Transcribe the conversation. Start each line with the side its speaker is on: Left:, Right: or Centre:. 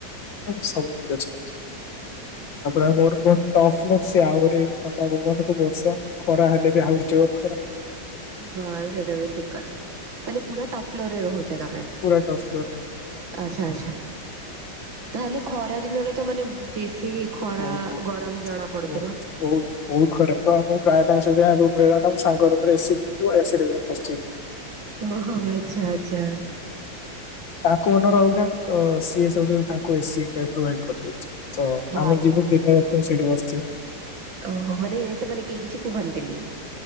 Left: ସବୁ ଠିକ ଅଛି ତାପରେ ଆଉ କଣ ଗୋଟେ କୁହନ୍ତୁ? ଟପସ୍ ଫ୍ଲୋର ସେ ଆହୁରି ଥଣ୍ଡା ପବନ କୁ ବର୍ଷା ଖରା ହେଲେ ବି ଆହୁରି ଜୋର ଖରା।
Right: ହଁ ସେଇଟା ବି ଠିକ କଥା ମାନେ ପୁରା ଟପ୍ ଫ୍ଲୋରରେ ରହୁ ଚ ତମେ?
Left: ପୁରା ଟପ୍ ଫ୍ଲୋର ହଁ
Right: ଆଛା ଆଚ୍ଛା, ତାହେଲେ ଖରା ଦିନରେ ତ ମାନେ ବେଶୀ ଖରା
Left: ବହୁତ
Right: ଗରମ
Left: ବହୁତ
Right: ଜଣା ପଡୁଥିବ?
Left: ବହୁତ ବହୁତ ବହୁତ ଖରାପ ତ ମୁଁ ପ୍ରାୟ ଟାଇମ ସେଥିପାଇଁ ମୁଁ ରୁମରେ ରହେନା ସାଙ୍ଗ ରୁମରେ ଏସିି ଲାଗିଥିବ ଏସି ରେ ଯାଇଁ ପଶିଯିବି।
Right: ଓହୋ ଆଚ୍ଛା ଆଚ୍ଛା।
Left: ତାଙ୍କ ଓନର୍ ଅଲଗା ତ ସିଏ ସେଇ ଠୁ ତାଙ୍କୁ ଏସି ପ୍ରୋଭାଇଡ କରିଦେଇଛି। ତ
Right: ବାବାରେ।
Left: ଆମେ ଯିବୁ ଦିନ ରାତିି ସେଇଠି ବସିଥିବୁ।
Right: ଓହୋ ମାନେ ସେମାନେ କେହି କିଛି କୁହନ୍ତିନି?